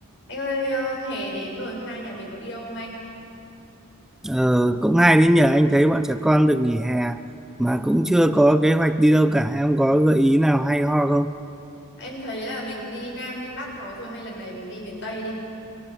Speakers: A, on the left (about 55°); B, in the centre.
A: Anh ơi, ờ, hè đến rồi, hai nhà mình có đi đâu không anh?
B: Ờ, cũng hay đấy nhỉ anh thấy bọn trẻ con được nghỉ hè mà cũng chưa có kế hoạch đi đâu cả em có gợi ý nào hay ho không
A: Em thấy là mình đi Nam, đi Bắc có rồi, hay lần này mình đi miền Tây đi.